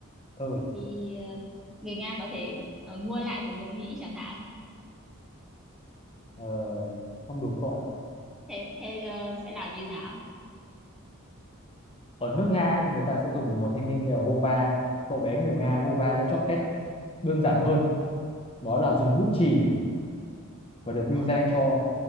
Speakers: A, on the left; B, in the centre.
A: ừ
B: thế thì ờ, người Nga có thể ờ, mua lại của người Mỹ chẳng hạn
A: ờ, không đúng cậu ạ
B: thế thế ờ, sẽ làm như nào
A: ở nước Nga ấy, thì người ta sẽ dùng một thanh niên tên là vô va cậu bé người Nga vô va đã chọn cách đơn giản hơn đó là dùng bút chì và được vinh
B: ờ,
A: danh cho